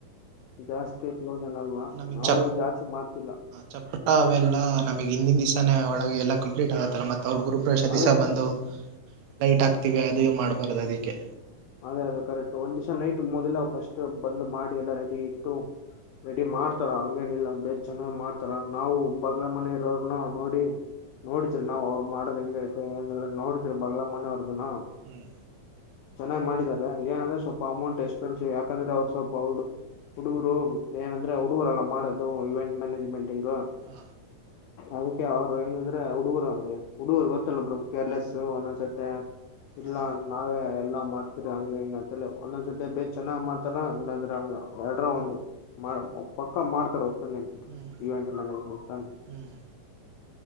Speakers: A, on the left (about 85°); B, on the right (about 80°).
A: ಜಾಸ್ತಿ. ಕ್ಲೋಸ್ ಅನ್ನಲ್ಲ
B: ನಮಗ್
A: ನಾವು
B: ಚ
A: ಜಾಸ್ತಿ ಮಾಡ್ತಿಲ್ಲ
B: ಚಪ್ಪಳ ಅವೆಲ್ಲಾ ನಮಗ್ ಹಿಂದಿನ ದಿವ್ಸಾನ ಒಳಗೆ ಎಲ್ಲ. ಕಪ್ಲೀಟ್ ಆ ತಮತಿ. ಅವರ ಗೃಹ ಪ್ರವೇಶ ದಿವಸ
A: ಅದೇ
B: ಬಂದು ಲೈಟ್ ಆಕ್ತಿವಿ ಅದು ಮಾಡ್ಬಾರದು ಅದಕ್ಕೆ.
A: ಅದೇ ಅದೇ ಕರೆಕ್ಟ್ ಒಂದ್ ದಿವಸ ನೈಟ್ ಮೊದಲ ಫಸ್ಟ್ ಬಂದು ಮಾಡಿ. ಎಲ್ಲ ರೆಡಿ ಇಟ್ಟು ರೆಡಿ ಮಾಡ್ತಾರ ಹಂಗೇನಿಲ್ಲ ಚೆನಗಿ ಮಾಡ್. ತರ ನಾವು ಬಗ್ಲ ಮನೆ ಇರೋರನ್ನ ನೋಡಿ. ನೋಡತ್ರಣ ಅವ ಮಾಡೋದಂಗ ನೋಡಿದ್ರ. <unintelligible>
B: ಹ್ಮ್
A: ಚೆನ್ನಾಗ್ ಮಾಡಿದ್ದಾರೆ ಏನಂದ್ರೆ ಸ್ವಲ್ಪ ಅಮೌಂಟ್ ಎಕ್ಸ್ಪೆನ್ಸಿವ್ ಯಾಕಂದ್ರೆ ಅವ್ರರು ಸ್ವಲ್ಪ ಔಡು. ಹುಡುಗರು ಏನಂದ್ರೆ ಹುಡುಗರುಲ್ಲ ಮಾಡದು ಇವೆಂಟ್ ಮ್ಯಾನೇಜ್ಮೆಂಟಿಂಗ.
B: ಹಾ
A: ಅದಕ್ಕೆ ಅವರು ಹೆಂಗಂದ್ರೆ ಹುಡುಗರು ಅವರಂಗೆ ಹುಡುಗರ್ ಗೊತ್ತಲ್ಲ ಬಿಡ ಕೇರ್ಲೆಸ್ ಒಂದೊಂದ್ಸತ್ತೆ. ಇಲ್ಲ
B: ಹಾ
A: ನಾವೇ ಎಲ್ಲ. ಮಾಡ್ತರಿ ಹಂಗ ಇಂಗ ಅಂತ ಹೇಳ ಒಂದೊಂದ್ ಸತಿ ಬೇ ಚೆನ್ನಾಗ್ ಮಾಡ್ತಾರ ಇಲ್ಲ ಅಂದ್ರ ಹಂಗ ಎರಡ ರಿ ಒಂದು. ಪಕ್ಕ ಮಾಡ್ತಾರ ಹೊತ್ತು ನಿಮ್ದು
B: ಹ್ಮ್
A: ಈವೆಂಟ್ ಮ್ಯಾನೇಜ್ಮೆಂಟ್.
B: ಹ್ಮ್